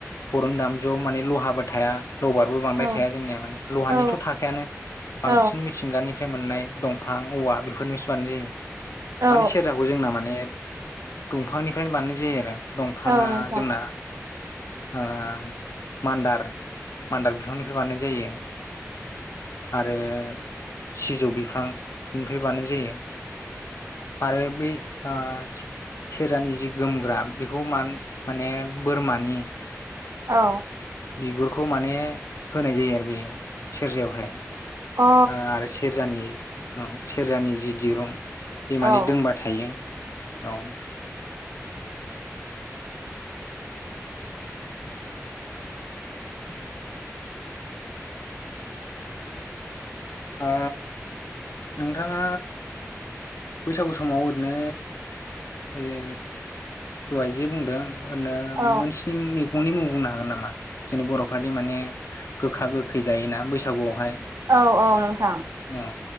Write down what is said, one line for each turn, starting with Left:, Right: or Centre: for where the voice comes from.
Left: बर'नि दामजुआव माने लहाबो थाया लबारबो बांद्राय
Right: औ
Left: थाया जोंनिया माने लहानिथ'
Right: औ
Left: थाखायानो। बांसिन
Right: औ
Left: मिथिंगानिफ्राय मोननाय दंफां औवा बेफोरनिसो बानायनाय जायो।
Right: औ
Left: माने सेरजाखौ जोंना माने दंफांनिफ्रायनो बानायनाय जायो आरो। दंफाङा
Right: औ नोंथां
Left: जोंना ओ मान्दार मान्दार बिफांनिफ्राय बानायनाय जायो। आरो सिजौ बिफांनिफ्राय बानाय जायो। आरो बे आ सेरजानि जि गोमग्रा बेखौ मा माने बोरमानि
Right: औ।
Left: बिगुरखौ माने होनाय जायो आरो बेयाव सेरजायावहाय।
Right: अ औ
Left: ओ आरो सेरजानि औ सेरजानि जि दिरुं बे
Right: औ
Left: माने दोंबा थायो औ। ओ नोंथांङा बैसागु समाव ओरैनो ओजै दहायजो बुंदों ओरैनो
Right: औ
Left: मोनस्नि मैगंनि मुं बुंनो हागोन नामा? जोंनि बर'फोरनि माने गोखा गोखै जायोना बैसागुआवहाय।
Right: औ औ नोंथां।
Left: औ